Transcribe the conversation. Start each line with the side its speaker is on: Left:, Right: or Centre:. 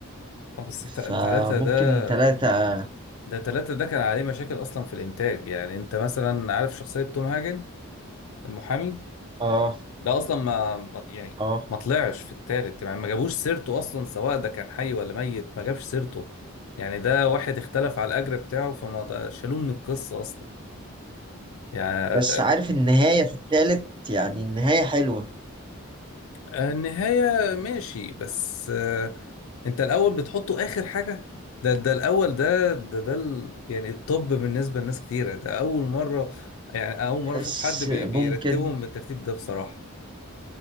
Left: اه بس تا-
Right: فممكن
Left: تلاتة ده
Right: تلاتة
Left: ده تلاتة ده كان عليه مشاكل أصلا في الإنتاج يعني أنت مثلا عارف شخصية توم هاجن المحامي
Right: اه
Left: ده اصلا ما ما- يعني
Right: اه
Left: ما طلعش في التالت يعني ما جابوش سيرته اصلا سواء ده كان حي ولا ميت ما جابش سيرته يعني ده واحد اختلف على الاجر بتاعه فما ط- شالوه من القصة اصلا يعني
Right: بس
Left: ت-
Right: عارف النهاية في التالت يعني النهاية حلوة
Left: النهاية ماشي بس آه، انت الاول بتحطه اخر حاجة ده ده الاول ده ده ده ال- يعني الطب بالنسبة لناس كتيرة ده اول مرة يعني اول
Right: حس
Left: مرة اشوف حد بي- بيرتبهم
Right: ممكن
Left: بالترتيب ده بصراحة